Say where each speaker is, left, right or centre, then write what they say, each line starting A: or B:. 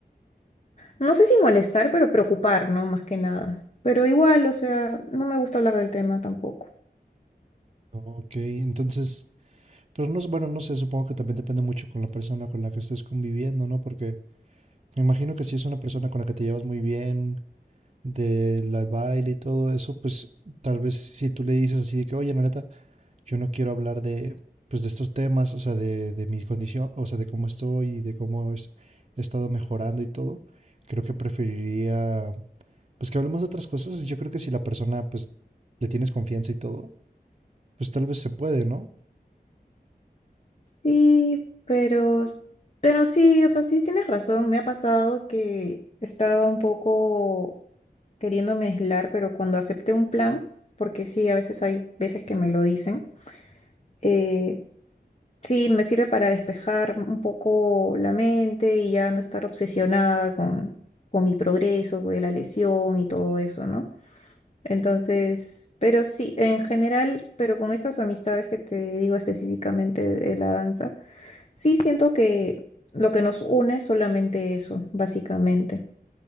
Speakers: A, on the left (about 40°); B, on the right (about 40°).
A: no sé si molestar, pero preocupar, ¿no? Más que nada. Pero igual, o sea, no me gusta hablar del tema tampoco.
B: Ok, entonces, pero no, es- bueno, no sé, supongo que también depende mucho con la persona con la que estés conviviendo, ¿no? Porque me imagino que si es una persona con la que te llevas muy bien, del al baile y todo eso, pues tal vez si tú le dices así de que, oye, la neta, yo no quiero hablar de, pues, de estos temas, o sea, de, de mi condición, o sea, de cómo estoy y de cómo es- he estado mejorando y todo, creo que preferiría, pues, que hablemos de otras cosas. Yo creo que si la persona, pues, le tienes confianza y todo, pues tal vez se puede, ¿no?
A: Sí, pero, pero sí, o sea, sí tienes razón. Me ha pasado que estaba un poco queriéndome aislar, pero cuando acepté un plan, porque sí, a veces hay veces que me lo dicen, eh, sí, me sirve para despejar un poco la mente y ya no estar obsesionada con, con mi progreso, de la lesión y todo eso, ¿no? Entonces, pero sí, en general, pero con estas amistades que te digo específicamente de la danza. Sí, siento que lo que nos une es solamente eso, básicamente.